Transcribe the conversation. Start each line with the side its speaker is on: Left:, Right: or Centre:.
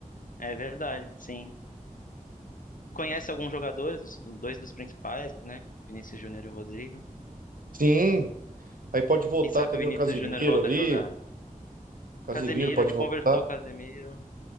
Left: é verdade, sim. conhece alguns jogadores, os dois dos principais, né? Vinícius Júnior e o Rodrigo.
Right: Sim. Aí pode voltar
Left: Quem sabe
Right: também
Left: o Vinícius
Right: o Casimiro
Left: Júnior volta
Right: ali.
Left: a jogar.
Right: Casimiro
Left: Casemiro,
Right: pode
Left: ele conversou
Right: voltar.
Left: com o Casemiro.